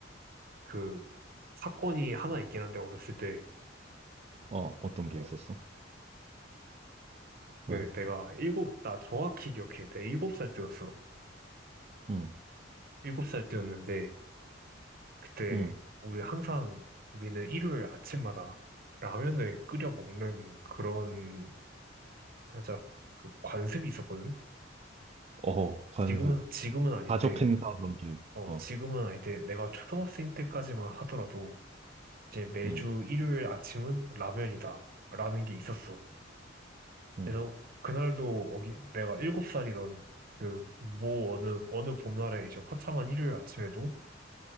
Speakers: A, on the right; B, on the right.
A: 그 사건이 하나 있긴 한데, 어렸을 때,
B: 어, 어떤 게
A: 어,
B: 있었어?
A: 그
B: 왜?
A: 내가 일곱, 나 정확히 기억해. 내가 일곱 살 때였어.
B: 응
A: 일곱 살 때였는데 그때
B: 응
A: 우리 항상 우리는 일요일 아침마다 라면을 끓여 먹는 그런 하자 그 관습이 있었거든.
B: 어, 관습,
A: 지금은 지금은 아닌데
B: 가족 행사 그런 게,
A: 어
B: 어,
A: 지금은 아닌데 내가 초등학생 때까지만 하더라도 이제 매주
B: 응 응
A: 일요일 아침은 라면이다라는 게 있었어.
B: 응
A: 그래서 그날도 어기 내가 일곱 살이던 그 뭐 어느 어느 봄날에 이제 화창한 일요일 아침에도